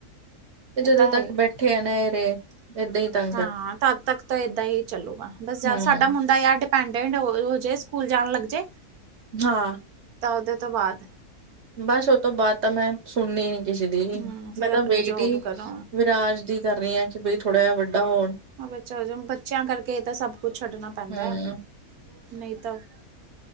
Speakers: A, on the right (about 55°); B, on the right (about 75°).
A: ਤੇ ਜਦੋਂ
B: ਇਹ ਤਾਂ ਹੈ
A: ਤੱਕ
B: ਹੀ
A: ਬੈਠੇ ਆ ਨਾ ਇਹ ਨੇੜੇ। ਏਦਾਂ ਹੀ ਤੱਕ।
B: ਹਾਂ ਤਦ ਤੱਕ ਤਾਂ ਏਦਾਂ ਹੀ ਚੱਲੂਗਾ ਬਸ ਜਦ
A: ਹਮ
B: ਸਾਡਾ ਮੁੰਡਾ। ਤੇ ਇਹ ਡਿਪੈਂਡੈਂਟ ਹੋ ਜਏ ਸਕੂਲ ਜਾਣ ਲੱਗ ਜਏ।
A: ਹਾਂ।
B: ਤਾਂ ਉਹਦੇ ਤੋਂ ਬਾਅਦ।
A: ਬਸ ਉਹ ਤੋਂ ਬਾਅਦ ਤਾਂ ਮੈਂ ਸੁਣਨੀ ਨੀ ਕਿਸੇ ਦੀ।
B: ਹਮ ਫਿਰ
A: ਮੈਂ
B: ਆਪਣੀ
A: ਤਾਂ ਵੇਟ
B: ਜੋਬ
A: ਹੀ
B: ਕਰੋ
A: ਵਿਰਾਜ ਦੀ ਕਰ ਰਹੀ ਹਾਂ ਕਿ ਬਈ ਥੋੜਾ ਜਿਹਾ ਵੱਡਾ ਹੋਣ
B: ਹ ਚਲੋ ਬੱਚਿਆਂ ਕਰਕੇ ਇਹ ਤਾਂ ਸਭ ਕੁੱਛ ਛੱਡਣਾ ਪੈਂਦਾ
A: ਹਮ
B: ਹੈ ਨਹੀਂ ਤਾਂ ਨਹੀਂ ਤਾਂ -